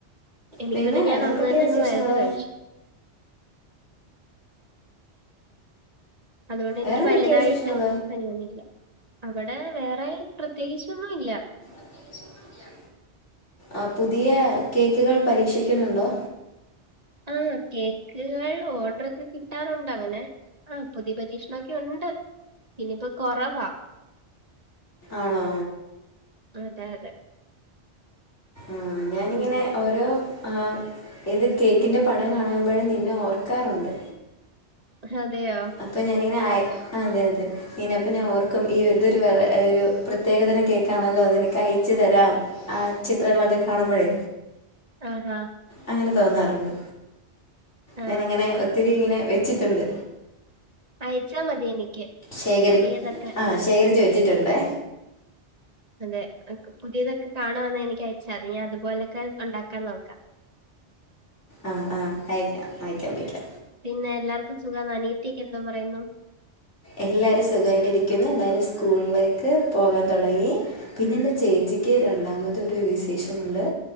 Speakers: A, on the right; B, on the left.
A: എനിക്ക്
B: പിന്നെ വേറെന്തൊക്കെ
A: ഞാൻ അന്ന് തന്നെ
B: വിസേഷങ്ങള്?
A: അങ്ങ് മരുന്ന് കഴിച്ചു. അതുകൊണ്ട് എനിക്ക്
B: വേറെന്തൊക്കെയാ
A: വലുതായിട്ട്
B: വിശേഷങ്ങൾ
A: പനി വന്നില്ല അവിടെ വേറെ പ്രത്യേകിച്ചൊന്നുവില്ല
B: <inaudible> ആഹ് പുതിയ കേക്ക്കൾ പരീക്ഷിക്കുന്നുണ്ടോ
A: ആഹ് കേക്ക്കൾ ഓർഡ്രക്കെ കിട്ടാറുണ്ട് അങ്ങനെ ആഹ് പുതിയ പരീക്ഷണൊക്കെയുണ്ട് പിന്നിപ്പൊ കൊറവാ
B: ആണോ
A: അതെ അതെ
B: ആഹ് ഞാനിങ്ങനെ
A: ഉം.
B: ഓരോ ആഹ് ഏത് കേക്കിൻ്റെ പടം കാണുമ്പഴും നിന്നെ ഓർക്കാറൊണ്ട്
A: ഇഹ് അതെയോ
B: അപ്പ ഞാനിങ്ങനെ ആയി അതെ അതെ ഇങ്ങെനെ അപ്പ ഞാൻ ഓർക്കും ഈ ഇതൊരു വെറ ഒരു പ്രത്യേകതരം കേക്കാണല്ലോ നിനക്ക് അയച്ച് തരാം ആ ചിത്രങ്ങളൊക്കെ കാണുമ്പഴേ
A: ആഹ് ആഹ്
B: അങ്ങനെ തോന്നാറുണ്ട്.
A: ആ.
B: ഞാനങ്ങനെ ഒത്തിരി ഇങ്ങനെ വെച്ചിട്ടുണ്ട്
A: അയച്ചാ മതി എനിക്ക്
B: ശേഖരി
A: പുതിയതൊക്കെ
B: ആഹ് ശേഖരിച്ച് വെച്ചിട്ടുണ്ടേ
A: അതെ എ ക് പുതിയതൊക്കെ കാണാന്നെ എനിക്ക് അയച്ചാതി ഞാൻ അതുപോലെക്കെ ഉണ്ടാക്കാൻ നോക്ക
B: ആഹ് ആഹ് അയക്ക്യാം അയക്ക്യാം അയക്ക്യം
A: പിന്നെ എല്ലാർക്കും സുഖാന്നോ അനിയത്തിയെക്കെ എന്തോ പറയുന്നു
B: എല്ലാരും സുഖായിട്ട് ഇരിക്കുന്നു. എല്ലാരും സ്കൂളിലേക്ക് പോകാൻ തൊടങ്ങി. പിന്നെ എന്റെ ചേച്ചിക്ക് രണ്ടാമത് ഒരു വിശേഷമുണ്ട്